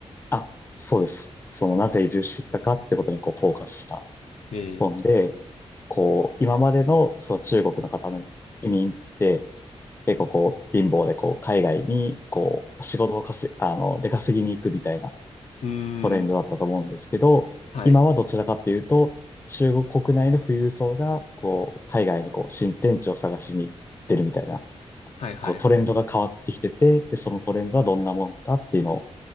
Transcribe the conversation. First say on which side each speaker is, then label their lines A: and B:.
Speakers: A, on the left; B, on the left.
A: あ、そうです。その、なぜ移住してきたかってことにこう、フォーカスした
B: ええ。
A: 本で、こう、今までの、その中国の方の移民って、結構こう、貧乏でこう、海外にこう、仕事を稼い、あの、出稼ぎに行くみたいな、
B: うーん。
A: トレンドだったと思うんですけど、
B: はい。
A: 今はどちらかっていうと、中国国内の富裕層が、こう、海外にこう、新天地を探しに行ってるみたいな、
B: はいはいはい。
A: こう、トレンドが変わってきてて、でそのトレンドはどんなもんかっていうのを